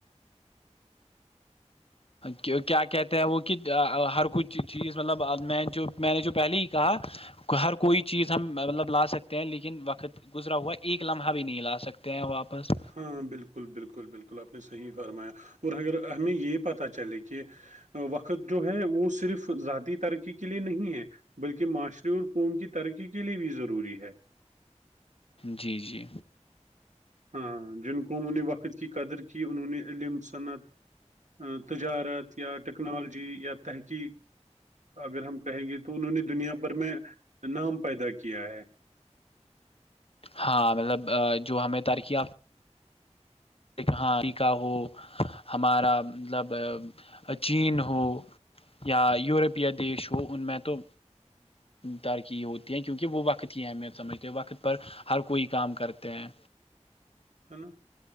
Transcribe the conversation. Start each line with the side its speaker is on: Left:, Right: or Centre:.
Left: کیا کہتے ہیں وہ کہ ہر کوئی چیز مطلب میں جو میں نے جو پہلے ہی کہا ہر کوئی چیز ہم مطلب لا سکتے ہیں لیکن وقت گزرا ہوا ایک لمحہ بھی نہیں لا سکتے ہیں واپس
Right: ہاں بالکل بالکل بالکل آپ نے صحیح فرمایا اور اگر ہمیں یہ پتہ چلے کہ وقت جو ہے وہ صرف ذاتی ترقی کے لیے نہیں ہے بلکہ معاشرے ال قوم کی ترقی کے لیے بھی ضروری ہے
Left: جی جی
Right: ہاں جن کو ان نے وقت کی قدر کی انہوں نے علم صنعت تجارت یا ٹیکنالوجی یا تحقیق اگر ہم کہیں گے تو انہوں نے دنیا بھر میں نام پیدا کیا ہے
Left: ہاں مطلب جو ہمیں ترکییاف ہاں امریکہ ہو ہمارا مطلب چین ہو یا یورپیہ دیش ہو ان میں تو ترکی ہوتی ہے کیونکہ وہ وقت ہی ہمیں سمجھتے وقت پر ہر کوئی کام کرتے ہیں
Right: ہے نا